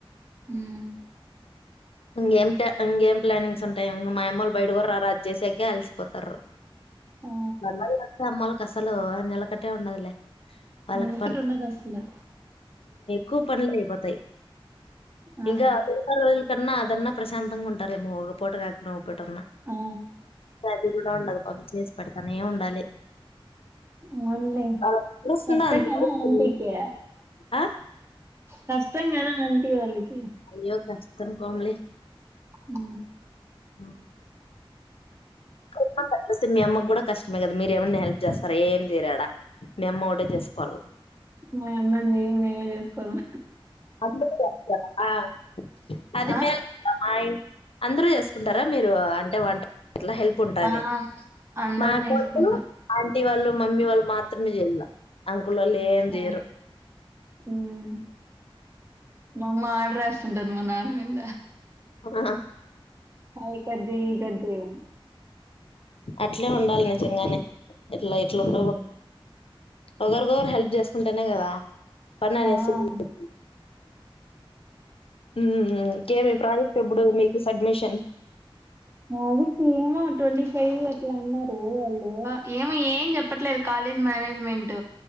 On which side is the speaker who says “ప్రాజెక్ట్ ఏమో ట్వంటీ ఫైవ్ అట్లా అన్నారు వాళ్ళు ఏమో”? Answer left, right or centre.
Right